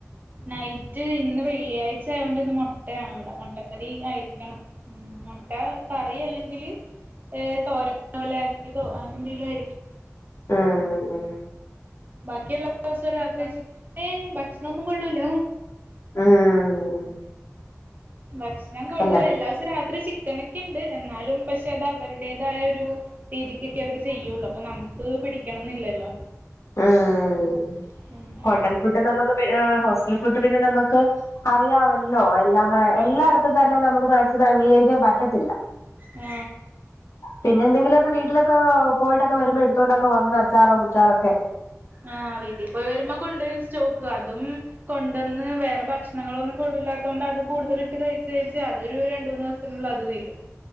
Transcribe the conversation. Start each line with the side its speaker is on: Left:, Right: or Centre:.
Right: നൈറ്റ് ഇന്ന് വെള്ളിയാഴ്ച്ചായൊണ്ട് ഇന്ന് മൊട്ടേണ് വടെ. മൊട്ടക്കറി ആയിരിക്കണം. ഉം മൊട്ട കറി അല്ലെങ്കില് ഏഹ് തോരനെ പോലാക്ക്യതോ അങ്ങനെന്തേലു ആയിരിക്കും.
Left: ഉം ഉം
Right: ബാക്കിയെല്ലാ ദിവസോം രാത്രി ചി ഏഹ് ഭക്ഷണൊന്നും കൊള്ളൂല.
Left: ഉം
Right: ഭക്ഷണം കൊള്ളൂ
Left: അല്ലേ
Right: എല്ലാ സോം രാത്രി ചി ക്കനക്കെണ്ട് എന്നാലും പക്ഷെ അത് അവരുടേതായൊരു രീതിക്കെക്കെ അവര് ചെയ്യൊള്ളു. അപ്പൊ നമ്മക്ക് പിടിക്കണംന്നില്ലല്ലോ.
Left: ഉം
Right: അങ്ങനെ
Left: ഹോട്ടൽ ഫുഡ് നമക്ക് പിന്നെ ഏഹ് ഹോസ്റ്റൽ ഫുഡ് പിന്നെ നമക്ക് അറിയാവല്ലോ എല്ലാം എഹ എല്ലായിടത്തും
Right: അതെ
Left: തന്നെ നമക്ക് മാക്സിമം അംഗീകരിക്കാൻ പറ്റത്തില്ല.
Right: ഉം
Left: പിന്നെ എന്തെങ്കിലൊക്കെ വീട്ടിലൊക്കെ പോയിട്ടൊക്കെ വെരുമ്പോ എട്ത്തോണ്ടൊക്കെ വന്ന് അച്ചാറോ കുച്ചാറൊക്കെ.
Right: ആഹ് വീട്ടിൽ പോയി വരുമ്പോൾ കൊണ്ടുവരും സ്റ്റോക്ക് അതും കൊണ്ടന്ന് വേറെ ഭക്ഷണങ്ങള് ഒന്നും കൊള്ളില്ലാത്തു കൊണ്ട് അത് കൂടുതൽ ഇട്ട് കഴിച്ച് കഴിച്ച് അതൊരു രണ്ട് മൂന്ന് ദിവസം ത്തിനുള്ളിൽ അത് തീരും